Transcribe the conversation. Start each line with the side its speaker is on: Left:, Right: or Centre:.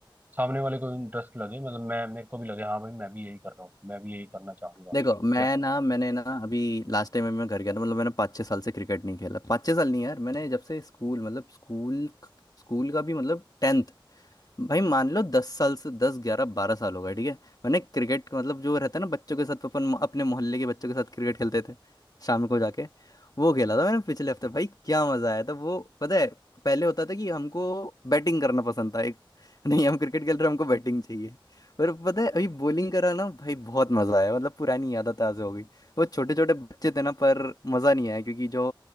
Right: सामने वाले को इंटरेस्ट लगे मतलब मैं मेरे को भी लगे हाँ भाई मैं भी यही कर रहा हूँ मैं भी यही करना चाहूंगा
Left: देखो मैं
Right: या
Left: ना मैंने ना अभी लास्ट टाइम मैं घर गया था मतलब मैंने पाँच छः साल से क्रिकेट नहीं खेला पाँच छः साल नहीं यार मैंने जब से स्कूल मतलब स्कूल स्कूल का भी मतलब टेंथ भाई मान लो दस साल से दस ग्यारह बारह साल हो गए ठीक है मैंने क्रिकेट मतलब जो रहता है ना बच्चों के साथ अपन अपने मोहल्ले के बच्चों के साथ क्रिकेट खेलते थे शाम को जाके वो खेला था मैंने पिछले हफ्ते भाई क्या मजा आया था वो पता है पहले होता था कि हमको बैटिंग करना पसंद था एक <laughs> नहीं हम क्रिकेट खेल रहे हैं, हमको बैटिंग चाहिए पर पता है अभी बॉलिंग करा ना भाई बहुत मजा आया मतलब पुरानी यादें ताज़ा हो गई वो छोटे छोटे बच्चे थे ना पर मजा नहीं आया क्योंकि जो